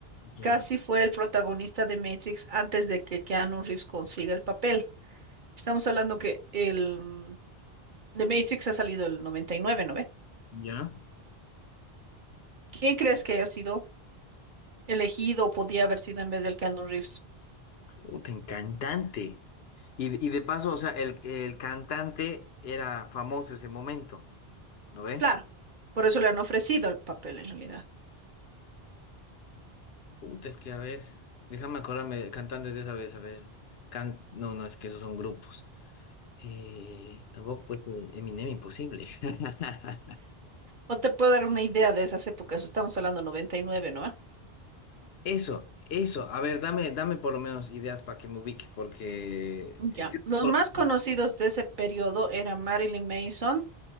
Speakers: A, on the left; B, on the right.
A: Ya,
B: Casi fue el protagonista de Matrix antes de que Keanu Reeves consiga el papel. Estamos hablando que el de Matrix ha salido el 99, ¿no ve?
A: ya.
B: ¿Quién crees que haya sido elegido o podía haber sido en vez del Keanu Reeves?
A: Puta, en cantante. Y, y de paso, o sea, el, el cantante era famoso ese momento, ¿no ve?
B: Claro, por eso le han ofrecido el papel en realidad.
A: Puta, es que a ver, déjame acordarme de cantantes de esa vez, a ver. Can... No, no, es que esos son grupos. Eh, tampoco pues eh, Eminem imposible. <laughs>
B: O te puedo dar una idea de esas épocas. Estamos hablando 99, ¿no?
A: Eso, eso, a ver, dame, dame por lo menos ideas para que me ubique, porque...
B: Ya. Los
A: <laughs>
B: más conocidos de ese periodo eran Marilyn Manson,